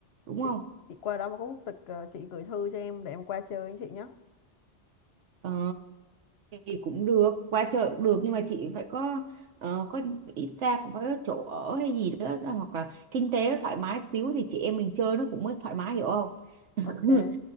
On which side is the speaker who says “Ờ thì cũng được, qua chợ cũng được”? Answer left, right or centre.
Right